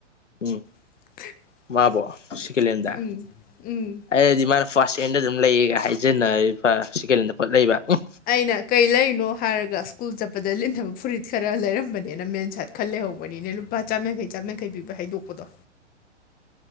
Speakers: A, on the left (about 85°); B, on the left (about 25°).
A: ꯎꯝ
B: <inaudible>
A: ꯃꯥꯕꯣ ꯁꯦꯀꯦꯂꯦꯟꯗ
B: ꯎꯝ ꯎꯝ
A: ꯑꯩꯅꯗꯤ ꯃꯥꯅ ꯐꯥꯔꯁ ꯍꯦꯟꯗ ꯑꯗꯨꯝ ꯂꯩꯒ ꯍꯥꯏꯖꯟꯅꯩꯕ ꯁꯦꯀꯦꯟ ꯍꯦꯟꯗ ꯄꯣꯠ ꯂꯩꯕ ꯎꯝ
B: ꯑꯩꯅ ꯀꯩ ꯂꯩꯔꯤꯅꯣ ꯍꯥꯏꯔꯒ ꯁ꯭ꯀꯨꯜ ꯆꯠꯄꯗ ꯂꯤꯠꯅꯕ ꯐꯨꯔꯤꯠ ꯈꯔ ꯂꯩꯔꯝꯕꯅꯤꯅ ꯃꯦꯟ ꯁꯥꯏꯠ ꯈꯜ ꯂꯩꯍꯧꯕꯅꯤꯅꯦ ꯂꯄꯥ ꯆꯝꯌꯥꯡꯈꯩ ꯆꯥꯝꯌꯥꯡꯈꯩ ꯄꯤꯕ ꯍꯥꯏꯗꯣꯛꯄꯗꯣ